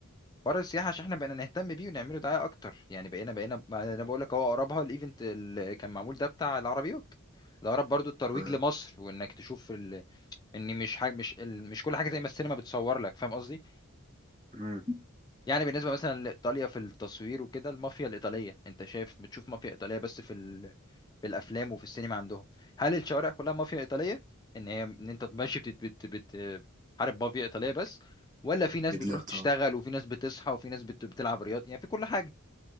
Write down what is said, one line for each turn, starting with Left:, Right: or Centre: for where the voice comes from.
Left: حوار السياحه عشان احنا بقينا نهتم بيه ونعمله دعايه اكتر يعني بقينا بقينا ما انا بقول لك اهو اقربها الايفنت اللي كان معمول ده بتاع العربيات ده اقرب برضو الترويج
Right: و
Left: لمصر وانك تشوف ال... ان مش حاجه مش ال... مش كل حاجه زي ما السينما بتصور لك فاهم قصدي
Right: مم.
Left: يعني بالنسبة مثلا لإيطاليا في التصوير وكده المافيا الإيطالية أنت شايف بتشوف مافيا إيطالية بس في ال... في الأفلام وفي السينما عندهم هل الشوارع كلها مافيا إيطالية إن هي إن أنت ماشي بت... بت... بت... حارب مافيا إيطالية بس ولا في ناس
Right: أكيد
Left: بتروح
Right: لا طبعا
Left: تشتغل وفي ناس بتصحى وفي ناس بت... بتلعب رياضة يعني في كل حاجة